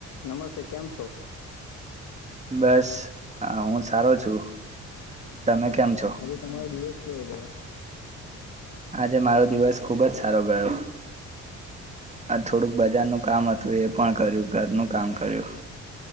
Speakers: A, on the left; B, on the right.
A: નમસ્તે કેમ છો?
B: બસ હું સારો છું તમે? કેમ છો
A: આજે તમારો દિવસ કેવો ગયો?
B: આજે મારો દિવસ ખુબ જ સારો ગયો આ થોડુંક બજારનું કામ હતું એ પણ કર્યું ઘરનું કામ કર્યું.